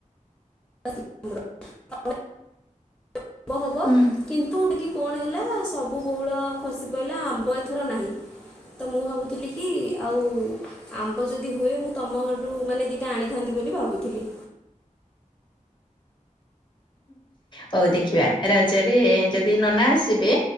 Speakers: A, in the centre; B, on the left (about 35°).
A: <inaudible> ଭ ହବ
B: ହୁଁ
A: କିନ୍ତୁ ଟିକେ କଣ ହେଲା ସବୁ ବହୁଳ ଖସି ପଡ଼ିଲା ଆମ୍ବ ଏଥର ନାହିଁ ତ ମୁଁ ଭାବୁଥିଲି କି ଆଉ ଆମ୍ବ ଯଦି ହୁଏ ମୁଁ ତମ ଘରୁ ମାନେ ଦିଟା ଆଣିଥାନ୍ତି ବୋଲି ଭାବୁଥିଲି।
B: ହଉ ଦେଖିବା ରାଜରେ ଯଦି ନନା ଆସିବେ।